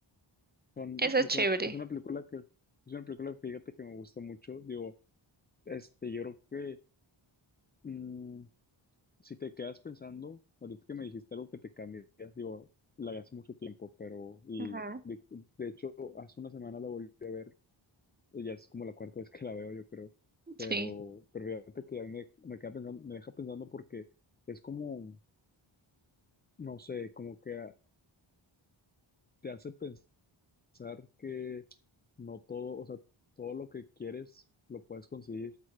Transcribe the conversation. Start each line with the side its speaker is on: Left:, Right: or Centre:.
Left: Son,
Right: esa es
Left: es,
Right: chévere.
Left: una- es una película que, es una película, fíjate que me gusta mucho. Digo, este, yo creo que mm, si te quedas pensando, ahorita que me dijiste algo que te cambias, digo, la vi hace mucho tiempo, pero, y
Right: Ujú,
Left: de, de hecho, hace una semana la volví a ver, y ya es como la cuarta vez que la veo, yo creo, pero,
Right: Sí,
Left: pero fíjate que a mí me, me queda pensando, me deja pensando porque es como, no sé, como que a- te hace pensar pensar que no todo, o sea, todo lo que quieres lo puedes conseguir,